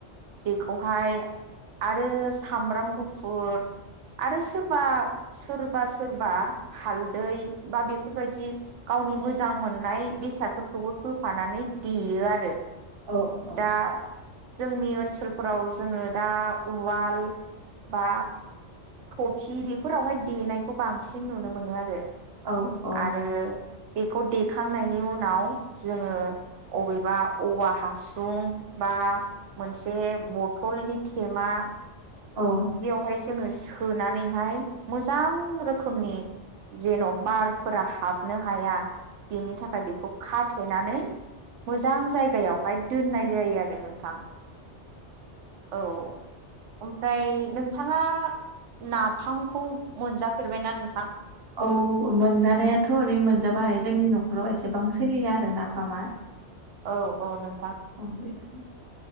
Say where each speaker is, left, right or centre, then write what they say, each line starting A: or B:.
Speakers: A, on the right; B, on the right.
A: बेखौहाय आरो सामब्राम गुफुर आरो सोरबा सोरबा सोरबा हालदै बा बेफोरबायदि गावनि मो जां मोननाय बेसादफोरखौबो होफानानै देयो आरो
B: औ औ।
A: दा जोंनि ओनसोलफोराव जोङो दा उवाल बा थफि बेफोरावहाय देनायखौ बांसिन नुनो मोनो आरो
B: औ औ।
A: आरो बेखौ देखांनायनि उनाव जोङो अबेबा औवा हासुं बा मोनसे बथलनि थेमा
B: अ।
A: बहाय जोङो सोनानैहाय मोजां रोखोमनि जेन' बारफोरा हाबनो हाया बेनि थाखाय बेखौ खाथे नानै मोजां जायगायावहाय दोननाय जायो आरो थां औ ओमफ्राय नोंथाङा नाफामखौ मोनजाफेरबायना नों
B: औ मोनजानायाथ' ओरै मोनजाबाय जोंनि न'खराव एसे एसेबां सोलिया आरो नाफामा।
A: औ औ नों
B: अ बेबाय